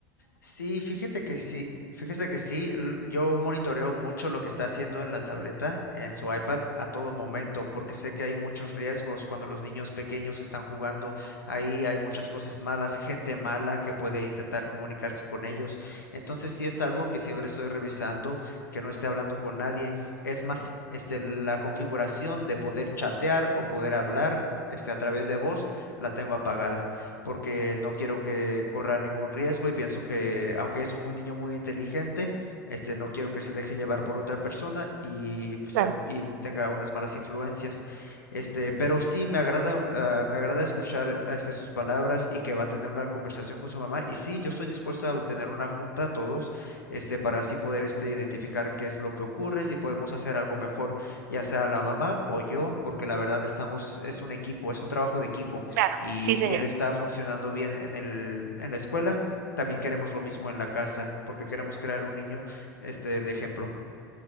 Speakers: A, on the left (about 80°); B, on the right (about 70°).
A: Sí, fíjate que sí, fíjese que sí, l- yo monitoreo mucho lo que está haciendo en la tableta, en su iPad a todo momento, porque sé que hay muchos riesgos cuando los niños pequeños están jugando ahí, hay muchas cosas malas, gente mala que puede intentar comunicarse con ellos. Entonces sí es algo que siempre estoy revisando, que no esté hablando con nadie. Es más, este, la configuración de poder chatear o poder hablar, este, a través de voz, la tengo apagada porque no quiero que corra ningún riesgo y pienso que, aunque es un niño muy inteligente, este, no quiero que se deje llevar por otra persona y, se-
B: Claro,
A: y tenga unas malas influencias. Este, pero sí me agrada, ah, me agrada escuchar ah, este, sus palabras y que va a tener una conversación con su mamá. Y sí, yo estoy dispuesto a tener una junta todos, este, para así poder este, identificar qué es lo que ocurre, si podemos hacer algo mejor, ya sea la mamá o yo, porque la verdad estamos, es un equipo, es un trabajo de equipo.
B: claro,
A: Y
B: sí,
A: si
B: señor.
A: él está funcionando bien en el, en la escuela, también queremos lo mismo en la casa, porque queremos crear un niño, este, de ejemplo.